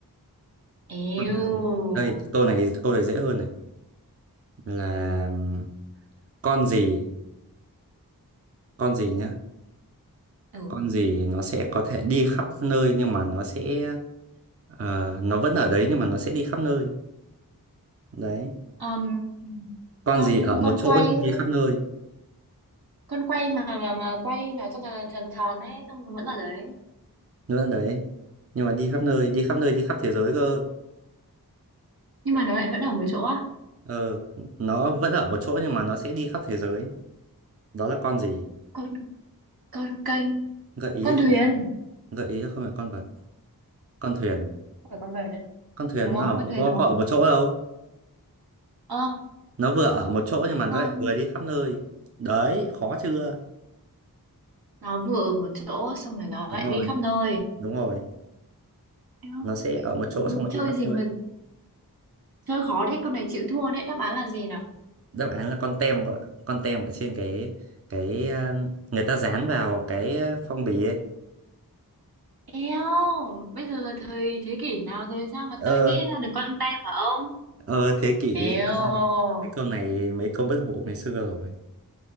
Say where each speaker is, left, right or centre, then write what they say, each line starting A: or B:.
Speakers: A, on the right; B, on the right.
A: Eo.
B: Con hay khó? Đây, câu này câu này dễ hơn này là ừm, con gì con gì nhá
A: Ừ.
B: con gì nó sẽ có thể đi khắp nơi nhưng mà nó sẽ ờ, nó vẫn ở đấy nhưng mà nó sẽ đi khắp nơi đấy
A: Ờm,
B: con
A: con
B: gì ở một
A: con
B: chỗ
A: quay
B: nhưng
A: ấy.
B: đi khắp nơi
A: Con quay mà mà mà quay nó cho tròn tròn tròn ấy, xong nó vẫn ở đấy.
B: nó vẫn đấy nhưng mà đi khắp nơi đi khắp nơi đi khắp thế giới cơ
A: Nhưng mà nó lại vẫn ở một chỗ á.
B: ờ nó vẫn ở một chỗ nhưng mà nó sẽ đi khắp thế giới đó là con gì
A: Con con kênh,
B: gợi ý
A: con
B: không
A: thuyền.
B: gợi ý là không phải con vật con thuyền
A: Không phải con vợt đấy.
B: con thuyền
A: Đúng không?
B: nó ở-
A: Con thuyền
B: có
A: đúng không?
B: có ở một chỗ đâu
A: Ờ,
B: nó vừa ở một chỗ
A: thế
B: nhưng mà nó
A: con
B: lại vừa đi khắp nơi đấy khó chưa
A: nó vừa ở một chỗ xong rồi nó
B: đúng
A: lại
B: rồi
A: đi khắp nơi
B: đúng rồi
A: Eo,
B: nó sẽ ở một chỗ
A: ừ,
B: xong rồi
A: chơi
B: đi khắp
A: gì
B: nơi
A: mà chơi khó đấy con này chịu thua đấy đáp án là gì nào
B: đáp án là con tem vợ con tem ở trên cái cái ờ, người ta dán vào cái phong bì ấy
A: eo bây giờ là thời thế kỷ nào rồi sao mà
B: ờ
A: tôi nghĩ ra được con tem hả ông
B: ờ thế kỷ
A: eo
B: Thật ra thì mấy câu này mấy câu bất hủ ngày xưa rồi